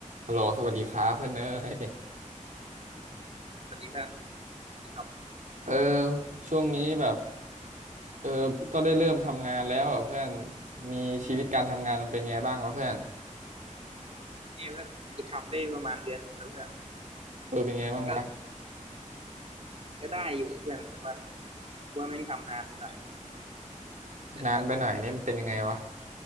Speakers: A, on the right (about 70°); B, on the right (about 50°).
A: ฮัลโหลสวัสดีครับเพื่อนเอ้ย
B: สวัสดีเพื่อนสวัสดีครับ
A: เออช่วงนี้แบบเออก็ได้เริ่มทำงานแล้วอ่ะเพื่อนมีชีวิตการทำงานมันเป็นไงบ้างวะเพื่อน
B: เนี่ยเพื่อนกูทำได้ประมาณเดือนหนึ่งแล้วเพื่อน
A: เออเป็นไงบ้างวะ
B: มันก็ก็ได้อยู่เพื่อน แต่ว่าว่าแม่งทำนานไปหน่อยวะจนแบบ
A: นานไปหน่อยนี่มันเป็นยังไงวะ